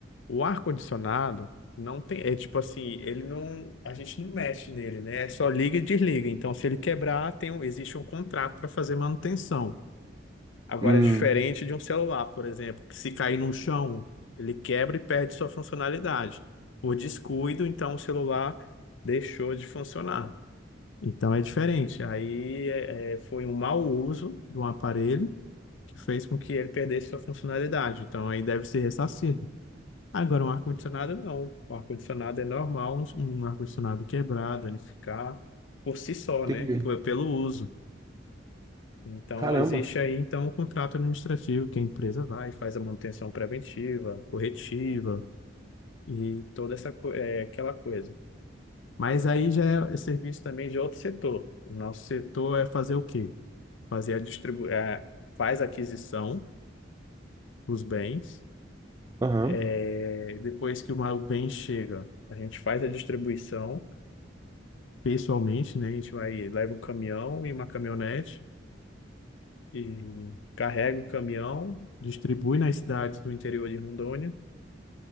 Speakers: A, on the left; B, on the right.
A: O ar-condicionado não tem. É tipo assim, ele não. A gente não mexe nele, né? É só liga e desliga. Então, se ele quebrar, tem, um- existe um contrato para fazer manutenção. Agora,
B: Hum,
A: é diferente de um celular, por exemplo, que se cair no chão, ele quebra e perde sua funcionalidade. Por descuido, então o celular deixou de funcionar. Então é diferente. Aí é, é, foi um mau uso de um aparelho que fez com que ele perdesse sua funcionalidade. Então aí deve ser ressarcido. Agora, um ar-condicionado não. O ar-condicionado é normal, um, um ar-condicionado quebrado, ele ficar por si só,
B: entendi.
A: né? Por- pelo uso. Então,
B: Caramba.
A: existe aí, então, o contrato administrativo que a empresa vai, faz a manutenção preventiva, corretiva e toda essa, co- é, aquela coisa. Mas aí já é é serviço também de outro setor. O nosso setor é fazer o quê? Fazer a distribu é, faz a aquisição dos bens.
B: Aham,
A: É, depois que o ma- o bem chega, a gente faz a distribuição pessoalmente, né? A gente vai, leva um caminhão e uma caminhonete e carrega o caminhão, distribui nas cidades do interior de Rondônia,